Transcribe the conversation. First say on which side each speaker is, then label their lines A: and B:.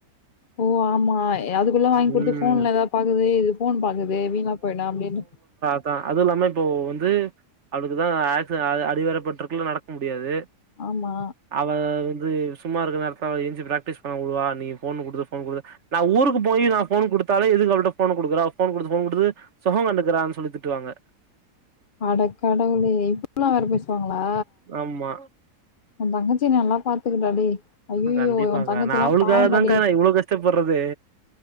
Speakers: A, on the left; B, on the right.
A: ஓ ஆமா அதுக்குள்ள வாங்கி கொடுத்து
B: ம்
A: ஃபோன்ல ஏதா பாக்குது இது ஃபோன் பாக்குது வீணா போயிடு அப்டின்டு
B: அ அதுவும் இல்லாம இப்போ வந்து அவளுக்குதா ஆக்ஸ் அ அடிவேற பட்டுருக்குல்ல நடக் முடியாது
A: "ஆமா."
B: அவ வந்து சும்மா இருக்கிற நேரத்த அவன என்ச்சி பிராக்டிஸ் பண்ண ஒடுவா ஃபோனு குடுத்து ஃபோனு குடுத்து நா ஊருக்கு போய் நா ஃபோன் குடுத் குடுத்தாலே எதுக்கு அவள்ட்ட ஃபோன குடுக்குற அவ ஃபோன் குடுத்து ஃபோன் குடுத்து சுகோ கண்டுக்கறான்னு சொல்லி திட்டுவாங்க
A: அட கடவுளே இப்பில்லா வேற பேசுவாங்களா
B: ஆமா
A: ஒ தங்கச்சிய நல்லா பாத்துக்கடா டேய் ஐயையோ!
B: கண்டிப்பாக்கா
A: உன் தங்கச்சிலாம்
B: நா அவுளுக்காகதாக்கா
A: பாவம்டா டேய்.
B: நா இவ்ளோ கஷ்டப்படுறதே